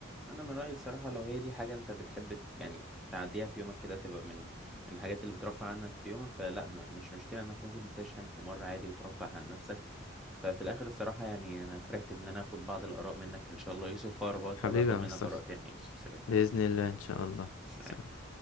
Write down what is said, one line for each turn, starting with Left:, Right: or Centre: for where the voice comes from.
Centre: أنا من رأيي الصراحة لو هي دي حاجة أنت بتحب ت- يعني تعديها في يومك كده تبقى من من الحاجات اللي بترفع عنك في يومك فلا ما مش مشكلة إنك ممكن تشحن في مرة عادي وترفه عن نفسك ففي الآخر الصراحة يعني أنا فرحت بإن أنا آخد بعض الآراء منك إن شاء الله يوسف وأربط
Left: حبيبي
Centre: هباخد
Left: يا
Centre: منك
Left: مصطفى
Centre: آراء تانية يا يوسف سلام
Left: بإذن الله إن شاء الله
Centre: سلام.
Left: سلام.